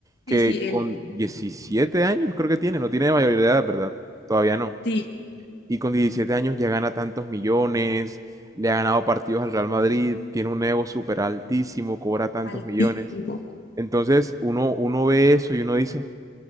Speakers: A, on the right; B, on the left.
A: que
B: Sí, sí, él,
A: con 17 años creo que tiene, no tiene mayoría de edad, ¿verdad? Todavía no
B: sí,
A: y con 17 años ya gana tantos millones, le ha ganado partidos al Real Madrid, tiene un ego súper altísimo, cobra tantos
B: altísimo.
A: millones. Entonces uno, uno ve eso y uno dice,